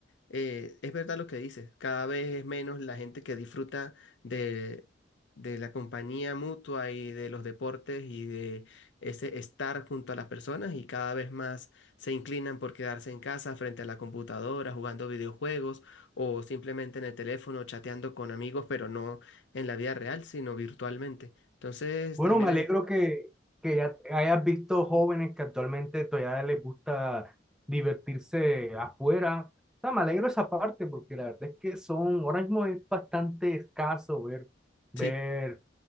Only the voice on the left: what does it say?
eh, es verdad lo que dices, cada vez es menos la gente que disfruta de, de la compañía mutua y de los deportes y de ese estar junto a las personas y cada vez más se inclinan por quedarse en casa frente a la computadora, jugando videojuegos o simplemente en el teléfono chateando con amigos, pero no en la vida real, sino virtualmente. Entonces,
también
es...
Sí.